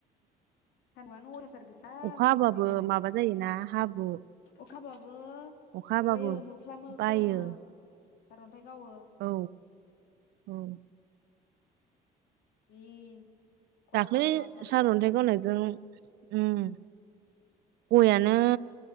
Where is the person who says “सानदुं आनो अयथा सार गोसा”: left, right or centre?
Left